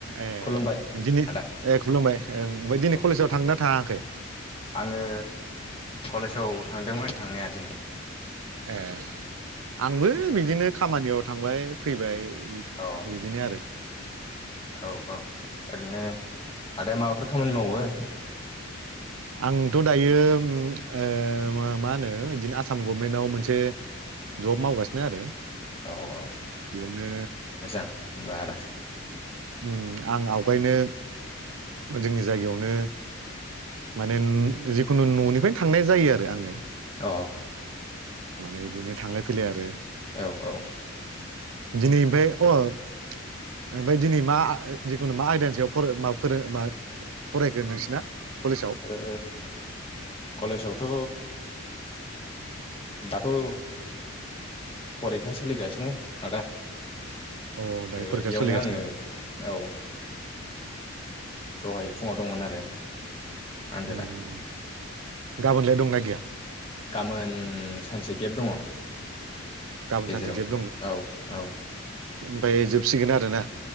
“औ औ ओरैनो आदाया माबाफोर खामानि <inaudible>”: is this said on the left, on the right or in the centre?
Left